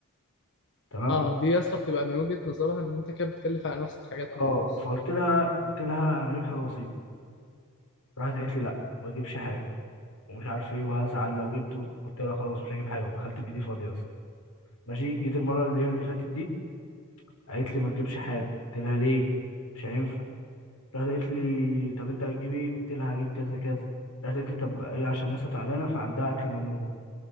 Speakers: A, on the left; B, on the left.
A: تمام
B: اه دي يا اسطى بتبقى من وجهه نظرها ان انت كده بتكلف على نفسك حاجات وخلاص
A: اه فقلت لها قلت لها انا هجيب حاجه بسيطه راحت قالت لي لا ما تجيبش حاجه ومش عارف ايه وهزعل لو جبته قلت لها خلاص مش هجيب حاجه ودخلت بايدي فاضيه ماشي جيت المره اللي هي اللي فاتت دي قالت لي ما تجيبش حاجه قلت لها ليه مش هينفع راحت قالت لي طب انت هتجيب ايه قلت لها هجيب كذا كذا راحت قالت لي طب هي عشان لسه تعبانه فعندها اكل ممنوع